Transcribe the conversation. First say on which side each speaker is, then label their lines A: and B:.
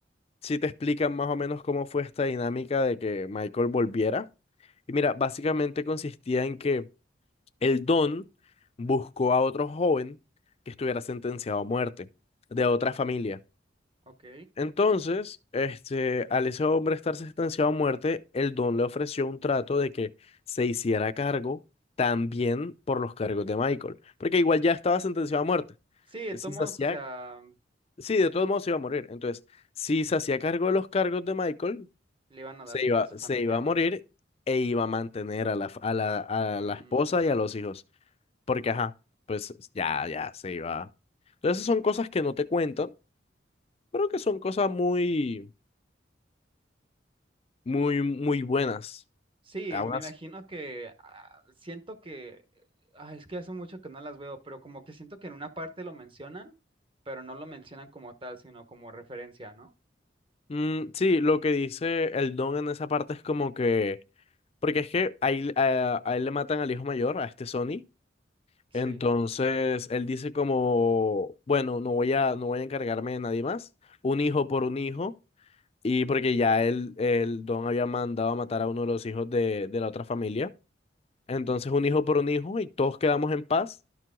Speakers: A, on the left; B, on the right.
A: sí te explican más o menos cómo fue esta dinámica de que Michael volviera. Y mira, básicamente consistía en que el Don buscó a otro joven que estuviera sentenciado a muerte de otra familia.
B: ok.
A: Entonces, este, al ese hombre estar sentenciado a muerte, el don le ofreció un trato de que se hiciera cargo también por los cargos de Michael, porque igual ya estaba sentenciado a muerte.
B: Sí, de
A: Si
B: todos modos,
A: se hacía,
B: o sea,
A: sí, de todos modos se iba a morir. Entonces, si se hacía cargo de los cargos de Michael,
B: le iban a
A: se
B: dar dinero
A: iba,
B: a su familia
A: se iba a
B: o
A: morir
B: algo.
A: e iba a mantener a la, f- a la,
B: Mm,
A: a la esposa y a los hijos, porque ajá, pues ya, ya se iba. Entonces, esas son cosas que no te cuentan, pero que son cosas muy muy, muy buenas.
B: Sí,
A: Algunas.
B: me imagino que ah, siento que, ah, es que hace mucho que no las veo, pero como que siento que en una parte lo mencionan, pero no lo mencionan como tal, sino como referencia, ¿no?
A: Mm, sí, lo que dice el Don en esa parte es como que, porque es que ahí a, a él le matan al hijo mayor, a este Sony.
B: Sí.
A: Entonces, él dice como, bueno, no voy a, no voy a encargarme de nadie más, un hijo por un hijo, y porque ya él, el Don había mandado a matar a uno de los hijos de, de la otra familia. Entonces, un hijo por un hijo y todos quedamos en paz.